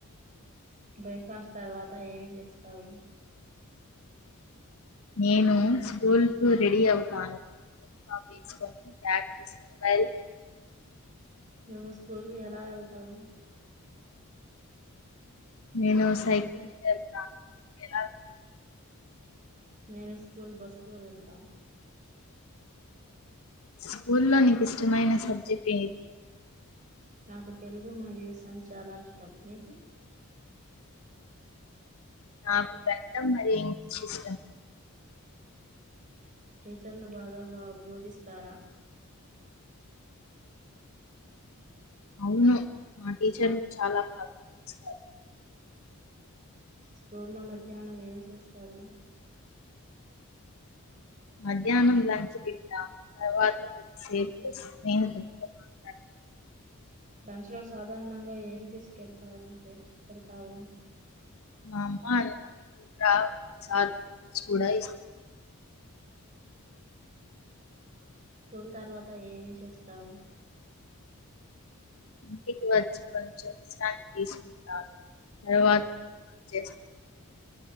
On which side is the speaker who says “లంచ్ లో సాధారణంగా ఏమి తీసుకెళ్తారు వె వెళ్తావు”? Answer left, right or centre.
Right